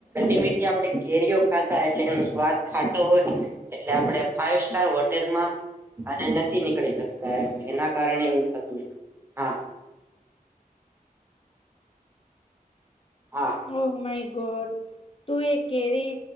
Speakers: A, on the right; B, on the left.
A: <unintelligible> મીઠી આપડે કેરીઓ ખાતા એટલે એનો સ્વાદ ખાટો હોય, એટલે આપણે ફાઈવ સ્ટાર હોટેલમાં અને નથી નીકળી શકતા, એમ એના કારણે એવું થતું. હા હા
B: ઓ માય ગોડ. તું એ કેરી,